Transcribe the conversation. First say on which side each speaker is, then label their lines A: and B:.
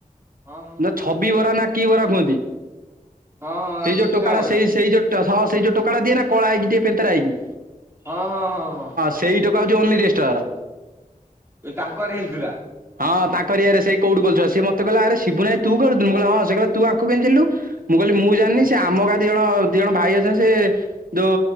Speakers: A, on the right (about 20°); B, on the right (about 80°).
A: ହଁ ହଁ
B: ନା
A: ହଁ
B: ଛବି ବରା ନା କି ବରା କୁହନ୍ତି।
A: ହଁ ହଁ
B: ସେଇ ଯୋଉ
A: ସୁକା
B: ଟୋକା ଟା
A: ବରା
B: ସେଇ ସେଇ ଯୋଉ ସହ ସେଇ ଯୋଉ ଟୋକାଟା ଦିଏ ନା କଳା ହେଇକି ଦିଏ ପେନ୍ଥେରା ହେଇକି।
A: ହଁ ହଁ ହଁ ହଁ।
B: ସେଇ ଟୋକା ହଉଛି ଓନିଜେଷ୍ଟାର।
A: ଏ ତାଙ୍କ ଆଆଡେ ହେଲଥିଲା।
B: ହଁ ତାଙ୍କରିୟଆରେ ସେ କୋଠୁ ସେ ମତେ କହିଲା ଆରେ ଶିବୁନା ଭାଇ ତୁ ଖେଳୁଥିଲୁ, ମୁଁ କହିଲି ହଁ ସେ କହିଲ ତୁ ଆଙ୍କୁ କେମିତି ଚିହ୍ନିଲୁ? ମୁଁ କହିଲି ମୁଁ ଜାଣିନି ସେ ଆମ ଗାଦି ଜଣ ଦି ଜଣ ଭାଇ ଅଛନ୍ତି ସେ ଯୋଉ